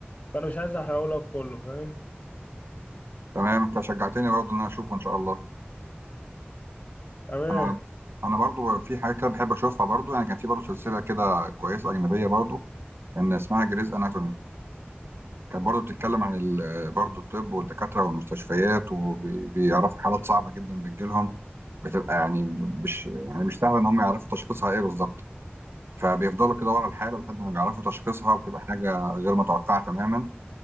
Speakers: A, on the left (about 35°); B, on the right (about 70°).
A: فأنا مش عايز أحرقهولك كله فاهم
B: تمام انت شجعتني برضه ان انا اشوفه ان شاء الله
A: تمام
B: انا انا برضه في حاجه كده بحب اشوفها برضه يعني كان في برضه سلسله كده كويسه اجنبيه برضه كان اسمها جريز اناتومي كانت برضه بتتكلم عن ال- برضه الطب والدكاتره والمستشفيات وبيعرفوا حالات صعبه جدا بتجيلهم بتبقى يعني مش يعني مش سهل ان هم يعرفوا تشخيصها ايه بالظبط فبيفضلوا كده ورا الحالة لحد ما بيعرفوا تشخيصها بتبقى حاجة غير متوقعة تماما